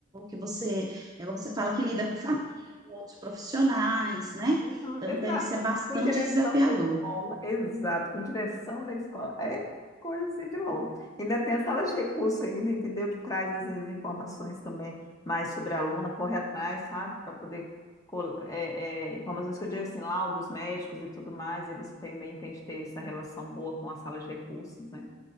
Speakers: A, on the right; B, on the left.
A: que você, é, você fala que lida com família, com outros profissionais, né?
B: uhum,
A: Então
B: Exato.
A: deve ser bastante
B: Com direção
A: desafiador.
B: da escola. Exato, com direção da escola. É coisa assim de louco. Ainda tem a sala de recurso ainda, entendeu? Que traz às vezes informações também mais sobre a aluna, corre atrás, sabe? Para poder. col- é, é, informações que eu digo assim, laudos médicos e tudo mais, e você também tem que ter essa relação boa com a sala de recursos, né?